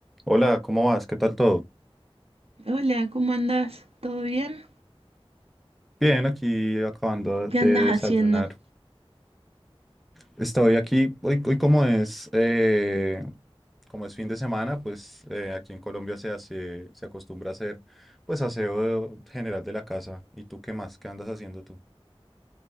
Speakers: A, in the centre; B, on the right.
A: Hola, ¿cómo vas? ¿Qué tal todo?
B: Hola, ¿cómo andás? ¿Todo bien?
A: Bien, aquí acabando
B: ¿Qué
A: de
B: andas
A: desayunar.
B: haciendo?
A: Estoy aquí, hoy, hoy como es, eh, como es fin de semana, pues eh, aquí en Colombia se hace, se acostumbra a hacer pues aseo general de la casa. ¿Y tú qué más? ¿Qué andas haciendo tú?